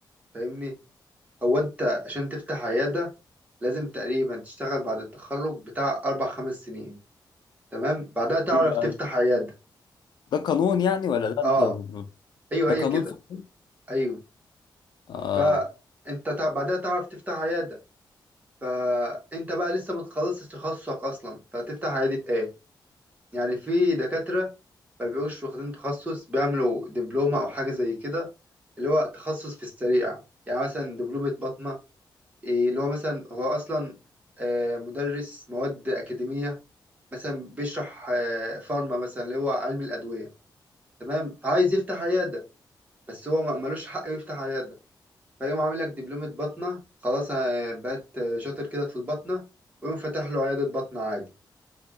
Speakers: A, on the right (about 20°); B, on the left (about 65°).
A: فاهمني هو أنت عشان تفتح عيادة لازم تقريبا تشتغل بعد التخرج بتاع أربع خمس سنين تمام بعدها تعرف
B: ليه بقى
A: تفتح عيادة
B: ده قانون يعني ولا ده
A: أه
B: انت
A: أيوه
B: ده
A: هي
B: قانون
A: كده
B: في الطب؟
A: أيوه
B: اه
A: فانت تع- بعدها تعرف تفتح عياده فانت بقى لسه ما تخلصتش تخصصك اصلا فتفتح عياده ايه يعني في دكاتره ما بيبقوش واخدين تخصص بيعملوا دبلومه او حاجه زي كده اللي هو تخصص في السريع يعني مثلا دبلومه باطنه إيه اللي هو مثلا هو اصلا آه، مدرس مواد اكاديميه مثلا بيشرح آه، فارما مثلا اللي هو علم الادويه تمام فعايز يفتح عياده بس هو ما- ملوش حق يفتح عياده فيقوم عامل لك دبلومة بطنة خلاص آه، بقت آه، شاطر كده في البطنة ويقوم فاتح له عيادة بطنة عادي